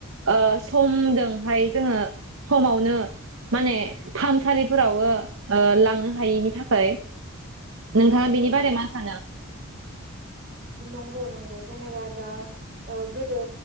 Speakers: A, on the right; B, on the right.
A: ओ समजोंहाय जोङो समावनो माने फाहामसालिफोरावबो ओ लांनो हायैनि थाखाय नोंथाङा
B: औ नंगौ
A: बेनि बारै मा सानो
B: नंगौ नंगौ जेनेबा दा ओ गोदो